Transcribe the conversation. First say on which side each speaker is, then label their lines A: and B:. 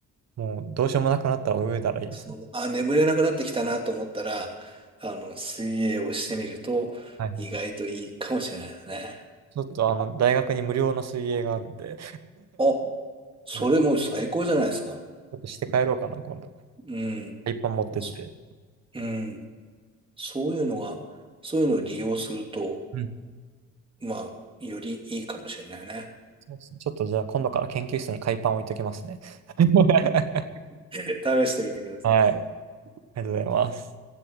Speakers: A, on the right (about 60°); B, on the right (about 15°).
A: もうどうしようもなくなったら泳いだらいいですね。
B: その、あ、眠れなくなってきたなと思ったら、あの、水泳をしてみると意外といいかもしれないですね。
A: はいはい。ちょっとあの、大学に無料の水泳があるんで
B: あ、それもう最高じゃないですか。
A: <laughs> ね、ちょっとして帰ろうかな、今度。
B: うん。
A: 海パン持ってって。
B: そうん。そういうのが、そういうのを利用すると、
A: うん。
B: まあ、よりいいかもしれないね。
A: そうですねちょっとじゃあ今度から研究室に海パン置いときますね。<laughs>
B: 試してみてください。
A: はい、ありがとうございます。